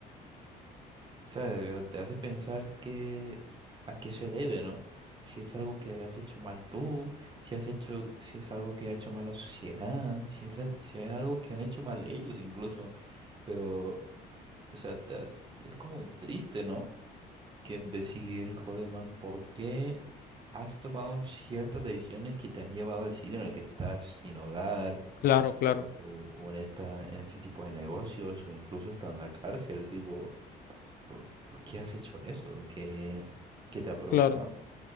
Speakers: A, on the right; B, on the left.
A: sea, eh, te hace pensar que a qué se debe, ¿no? Si es algo que has hecho mal tú, si has hecho, si es algo que ha hecho mal la sociedad, si es, al- si es algo que han hecho mal ellos incluso. Pero, o sea, te has- es como triste, ¿no? Que decir, joder, man, ¿por qué has tomado ciertas decisiones que te han llevado al sitio en el que estás sin hogar?
B: Claro, claro,
A: o, o- o en esta, en este tipo de negocios, o incluso hasta en la cárcel, tipo, ¿por, por- por qué has hecho eso? ¿Qué, qué te ha provocado?
B: claro.